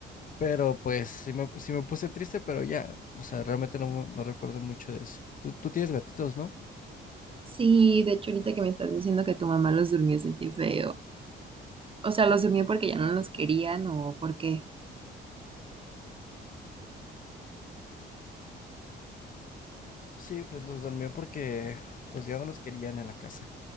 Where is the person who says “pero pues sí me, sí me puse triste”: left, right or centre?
Left